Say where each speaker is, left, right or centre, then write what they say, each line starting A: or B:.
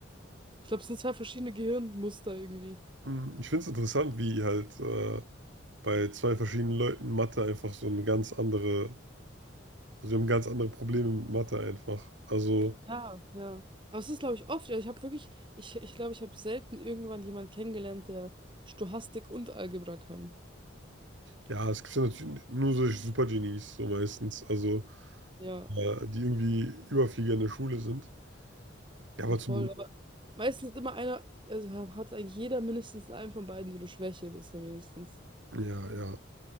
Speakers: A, on the right; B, on the right.
A: Ich glaube, es sind zwei verschiedene Gehirnmuster irgendwie.
B: Mhm. Ich finde es interessant, wie halt äh, bei zwei verschiedenen Leuten Mathe einfach so eine ganz andere, also wir haben ganz andere Probleme mit Mathe einfach. Also
A: Ja. Ja. Aber es ist, glaube ich, oft. Ja, ich habe wirklich, ich, ich glaube, ich habe selten irgendwann jemanden kennengelernt, der Stochastik und Algebra kann.
B: Ja, es gibt ja natürlich nur solche Supergenies, so meistens, also
A: Ja,
B: äh, die irgendwie Überflieger in der Schule sind. Ja, aber
A: ja, voll.
B: zum,
A: Aber meistens ist immer einer, also ha- hat eigentlich jeder mindestens einen von beiden so eine Schwäche, bisher wenigstens.
B: ja, ja.